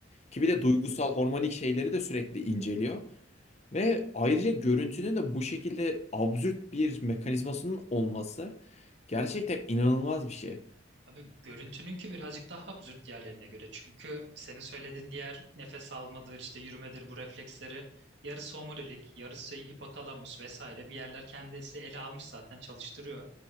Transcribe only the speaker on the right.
Abi görüntününki birazcık daha absürt yerlerine göre. Çünkü senin söylediğin diğer nefes almadır, işte yürümedir bu refleksleri yarısı omurilik, yarısı hipotalamus vesaire bir yerler kendisi ele almış zaten çalıştırıyor.